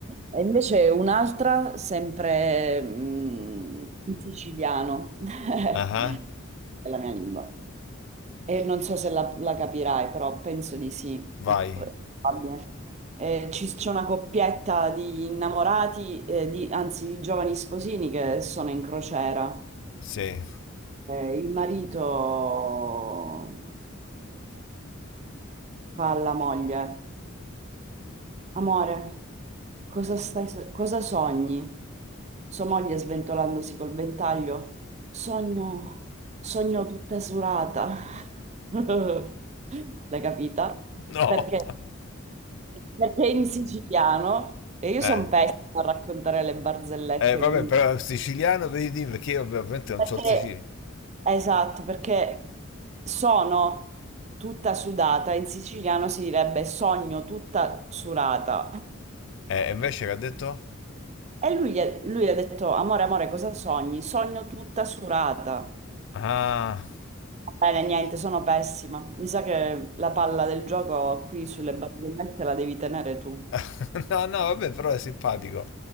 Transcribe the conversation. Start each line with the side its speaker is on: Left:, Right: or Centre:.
Right: E invece un'altra, sempre mm, in siciliano, <laughs>
Left: Ah, uh-huh.
Right: è la mia lingua. E non so se la, la capirai, però penso di sì,
Left: Vai.
Right: è probabile. Eh, ci- c'è una coppietta di innamorati, eh, di- anzi di giovani sposini che sono in crociera.
Left: Sì.
Right: Eh, il marito fa alla moglie. Amore, cosa stai, so- cosa sogni? Sua moglie sventolandosi col ventaglio. Sogno, sogno tutta surata. <laughs> L'hai capita?
Left: No.
Right: Perché,
Left: <laughs>
Right: perché in siciliano, e io
Left: Eh.
Right: sono pessima a raccontare le barzellette,
Left: Eh, vabbè,
Right: quindi.
Left: però è siciliano, vedi, perché io vabbè, ovviamente non
Right: Perché,
Left: c'ho il siciliano.
Right: esatto, perché sono tutta sudata, in siciliano si direbbe sogno tutta surata.
Left: Eh, e invece che ha detto?
Right: E lui, gli ha- lui ha detto, amore, amore, cosa sogni? Sogno tutta surata.
Left: Ah...
Right: Va Bene, niente, sono pessima. Mi sa che la palla del gioco qui sulle barzellette la devi tenere tu.
Left: <laughs> No, no, vabbè, però è simpatico.